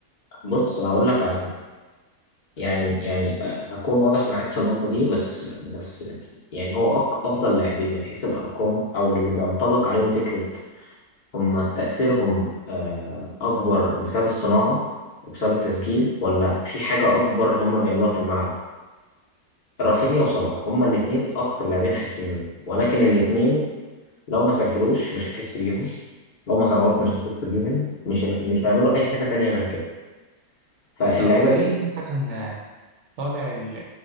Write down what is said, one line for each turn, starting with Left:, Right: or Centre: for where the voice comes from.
Left: بص هقول لك على حاجة يعني يعني آه، هكون واضح معاك في النقطة دي بس بس يعني هو أك- أفضل لاعبين من حيث الأرقام أو اللي بينطبق عليهم فكرة هم تأثيرهم آه، أكبر بسبب الصناعة وبسبب التسجيل ولا في حاجة أكبر هم بيعملوها في الملعب رافينيا وصلاح هما الاتنين أكتر لاعبين حاسمين ولكن الاتنين لو ما سجلوش مش هتحس بيهم لو ما صنعوش مش هتحس بيهم مش مش هيعملوا أي حاجة تانية غير كده فاللعيبة
Right: طب ليه
Left: دي
Right: مثلا طالع ال...